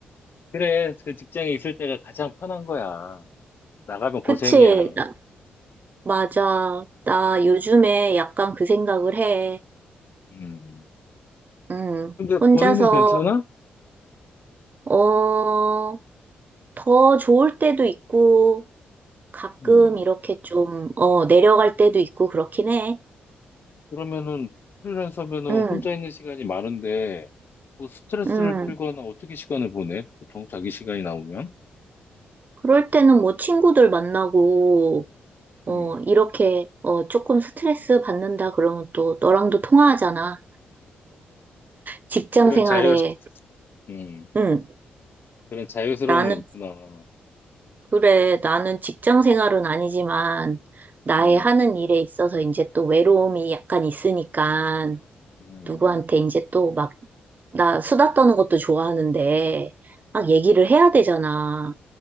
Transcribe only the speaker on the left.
그래, 그 직장에 있을 때가 가장 편한 거야. 나가면
고생이야.
음.
근데
벌이는 괜찮아?
음.
그러면은 프리랜서면은
혼자 있는 시간이 많은데 뭐 스트레스를
풀거나 어떻게 시간을 보내? 보통 자기 시간이 나오면?
음.
그런
자유, 음.
그런 자유스러움은
있구나.
음.
음.